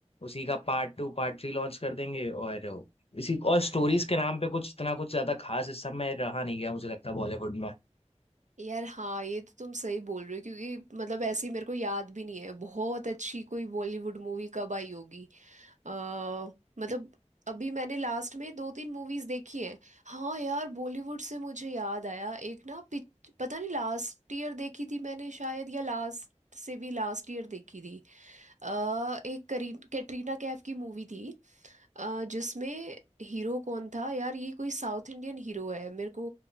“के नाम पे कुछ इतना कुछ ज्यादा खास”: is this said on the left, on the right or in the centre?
Left